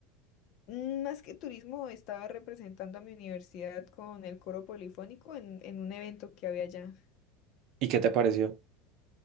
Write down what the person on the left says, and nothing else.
Mm, Más que turismo, estaba representando a mi universidad con el coro polifónico en, en un evento que había allá.